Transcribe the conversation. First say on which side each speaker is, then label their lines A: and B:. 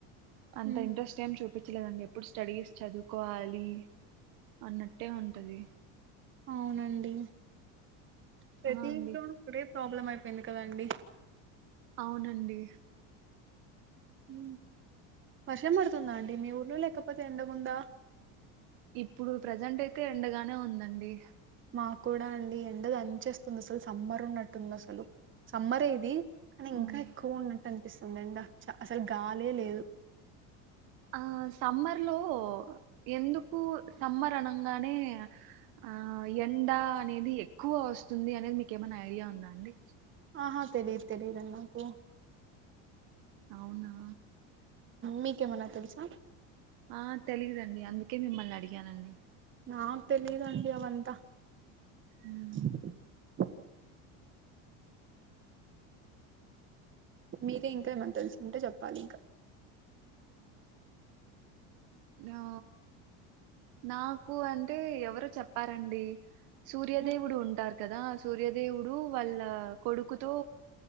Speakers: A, on the right; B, on the right.
A: అంత
B: హ్మ్.
A: ఇంట్రెస్ట్ ఏమి చూపి చలేదండి ఎప్పుడు స్టడీస్ చదువుకోవాలి అన్నట్టే ఉంటది
B: అవునండి ప్రతీ
A: ఆ అండి
B: ఇంట్లోను పడే ప్రాబ్లమ్ అయిపోయింది కదండి
A: అవునండి
B: మ్ వర్షం పడుతుందా అండి మీ ఊర్లో లేకపోతే ఎండగుందా
A: ఇప్పుడు ప్రజెంట్ అయితే ఎండగానే ఉందండి
B: మాకు కూడా అండి ఎండ దంచేస్తుంది అసలు సమ్మర్ ఉన్నట్టుంది అసలు సమ్మర్ ఏ ఇది కానీ ఇంకా
A: ఉమ్
B: ఎక్కువ ఉన్నట్టు అనిపిస్తుంది ఎండ అసలు గాలే లేదు
A: ఆ సమ్మర్ లో ఎందుకు సమ్మర్ అనంగానే ఆ ఎండ అనేది ఎక్కువ వస్తుంది అనేది మీకు ఏమైనా ఐడియా ఉందా అండి
B: ఆహా తెలీదు తెలీదు అండి నాకు
A: అవునా
B: మీకేమనా తెలుసా
A: ఆ తెలిదండి అందుకే మిమ్మల్ని అడిగానండి
B: నాక్ తెలిదండి అవంతా
A: ఉమ్.
B: <unintelligible> మీరే ఇంకా ఏమన్న తెలుసుకుంటే చెప్పాలి ఇంకా
A: ఆ నాకు అంటే ఎవరు చెప్పారండి సూర్యదేవుడు
B: ఉమ్,
A: ఉంటారు కదా సూర్యదేవుడు వాళ్ళ కొడుకుతో